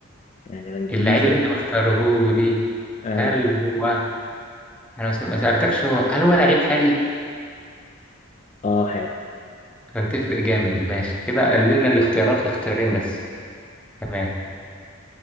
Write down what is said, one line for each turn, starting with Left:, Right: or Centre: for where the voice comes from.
Left: يعني أنا إنجليزي
Centre: اللعيب اللي انت مختاره لي
Left: أيوه
Centre: هل هو انا مس- ما سألتكش هو هل هو لعيب حالي
Left: أه حالي
Centre: عشان تفرق جامد ماشي كده قللنا الاختيارات لاختيارين بس تمام